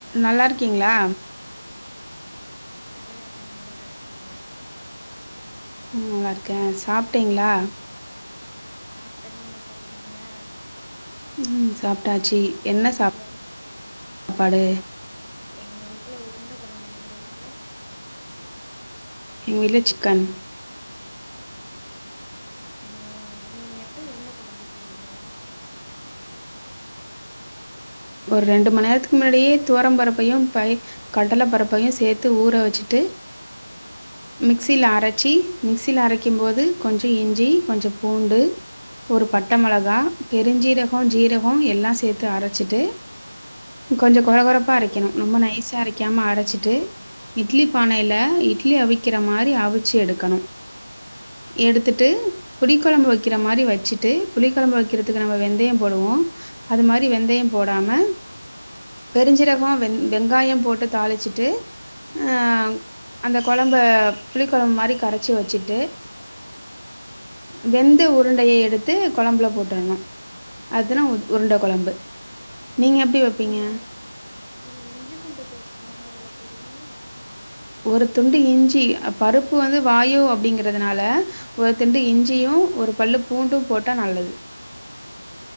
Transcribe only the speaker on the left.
நல்லா இருக்கேன் நீங்க நல்லா இருக்கீங்களா
சாப்டேன் நீங்க சாப்டீங்களா
என்
எங்க வீட்டுல உருண்டை குழம்பு உங்க வீட்டுல
உம் நீங்க எப்படி உருண்டைக் குழம்பு செய்வீங்க
சொல்லுங்க
நீங்க நீங்க இஞ்சி பூண்டு பேஸ்ட் எல்லாம அதுல போடுவீங்க